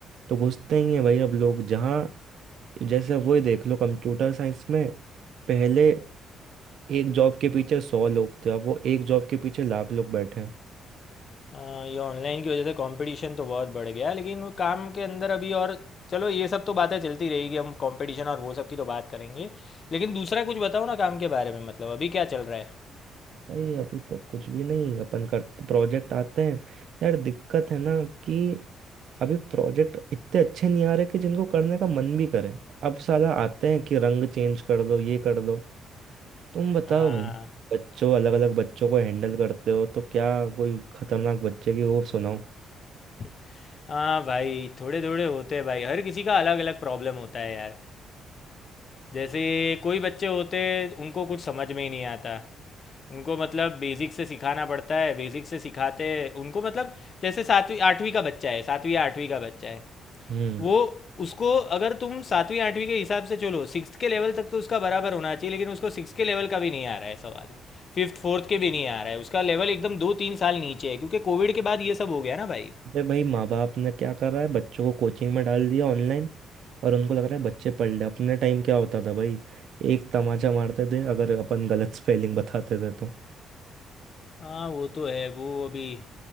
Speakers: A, on the right (about 70°); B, on the left (about 45°).
A: तो घुसते ही हैं भाई अब लोग जहाँ जैसे अब वही देख लो कंप्यूटर साइंस में पहले एक जॉब के पीछे सौ लोग थे अब वो एक जॉब के पीछे लाख लोग बैठे हैं
B: हाँ, ये ऑनलाइन की वजह से कंपटीशन तो बहुत बढ़ गया है, लेकिन वो काम के अंदर अभी और चलो ये सब तो बातें चलती रहेगी हम कंपटीशन और वो सब की तो बात करेंगे लेकिन दूसरा कुछ बताओ ना काम के बारे में मतलब अभी क्या चल रहा है
A: भाई अभी तो कुछ भी नहीं अपन कर प्रोजेक्ट आते हैं यार दिक्कत है ना कि अभी प्रोजेक्ट इतने अच्छे नहीं आ रहे कि जिनको करने का मन भी करे अब साला आते हैं कि रंग चेंज कर दो ये कर दो तुम बताओ
B: हाँ
A: भाई बच्चों अलग अलग बच्चों को हैंडल करते हो तो क्या कोई खतरनाक बच्चे की वो सुनाओ
B: <laughs> हाँ भाई थोड़े थोड़े होते हैं भाई हर किसी का अलग अलग प्रॉब्लम होता है यार जैसे कोई बच्चे होते हैं उनको कुछ समझ में ही नहीं आता उनको मतलब बेसिक से सिखाना पड़ता है बेसिक से सिखाते हैं उनको मतलब जैसे सातवीं आठवीं का बच्चा है सातवीं या आठवीं का बच्चा है
A: हम्म
B: वो उसको अगर तुम सातवीं आठवीं के हिसाब से चलो सिक्स के लेवल तक तो उसका बराबर होना चाहिए लेकिन उसको सिक्स के लेवल का भी नहीं आ रहा है सवाल फिफ्थ फोर्थ के भी नहीं आ रहा है उसका लेवल एकदम दो तीन साल नीचे है क्योंकि कोविड के बाद ये सब हो गया ना भाई
A: अरे भाई माँ बाप ने क्या कर रहा है बच्चों को कोचिंग में डाल दिया ऑनलाइन और उनको लग रहा है बच्चे पढ़ ले अपने टाइम क्या होता था भाई एक तमाचा मारते थे अगर अपन गलत स्पेलिंग बताते थे तो
B: हाँ वो तो है वो अभी